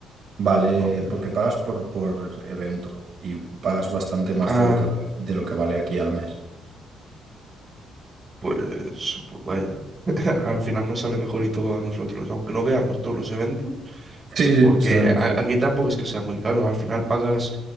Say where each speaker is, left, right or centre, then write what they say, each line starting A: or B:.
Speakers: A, on the right; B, on the right.
A: Vale,
B: No veo.
A: porque pagas por, por evento y pagas bastante más
B: Ah,
A: de lo que vale, de lo que vale aquí al mes.
B: pues, pues vaya. <laughs> Al final nos sale mejor y todo a nosotros, aunque no veamos todos los eventos,
A: Sí, sí,
B: porque
A: serán-
B: a- aquí tampoco es que sea muy caro. Al final pagas,